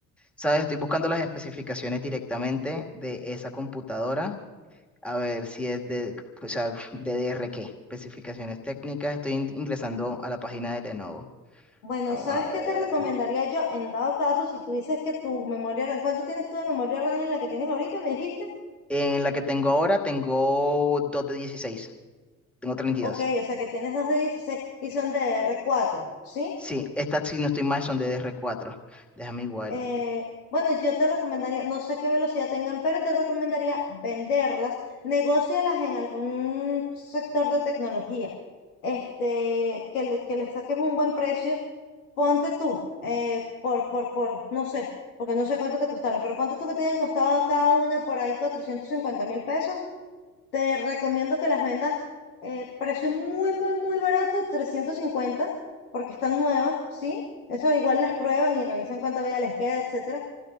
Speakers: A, in the centre; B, on the left.
A: ¿sabes? Estoy buscando las especificaciones directamente de esa computadora, a ver si es de, o sea, DDR qué, especificaciones técnicas, estoy in- ingresando a la página de Lenovo.
B: Bueno,
A: Vamos
B: ¿sabes
A: a
B: qué
A: ver.
B: te recomendaría yo en dado caso si tú dices que tu memoria RAM, ¿cuánto tienes tú de memoria RAM en la que tienes ahorita? ¿Me dijiste?
A: En la que tengo ahora, tengo 2 de 16, tengo 32.
B: Ok, o sea que tienes dos de 16 y son de D D r cuatro ¿sí?
A: Sí, estas, si no estoy mal, son de DR4. Déjame igual.
B: Eh, bueno, yo te recomendaría, no sé qué velocidad tengan, pero te recomendaría venderlas, negócialas en algún sector de tecnología, este, que le, que les saques un buen precio, ponte tú, eh, por, por, por, no sé, porque no sé cuánto te costaron, pero ponte tú que te hayan costado cada una por ahí cuatrocientos cincuenta mil pesos, te recomiendo que las vendas, eh, precio muy, muy, muy barato, 350 porque están nuevas, ¿sí? Eso igual las prueban y revisan cuánta vida les queda, etcétera